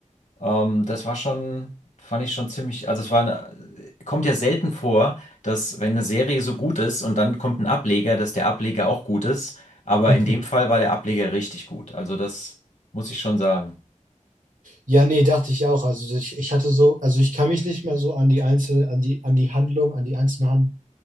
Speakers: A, on the left; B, on the right.
A: Ähm, das war schon, fand ich schon ziemlich, also es war eine, kommt ja selten vor, dass wenn eine Serie so gut ist und dann kommt ein Ableger, dass der Ableger auch gut ist. Aber
B: <laughs>
A: in dem Fall war der Ableger richtig gut. Also das muss ich schon sagen.
B: Ja, nee, dachte ich auch. Also ich, ich hatte so, also ich kann mich nicht mehr so an die einzelne, an die, an die Handlung, an die einzelne Han-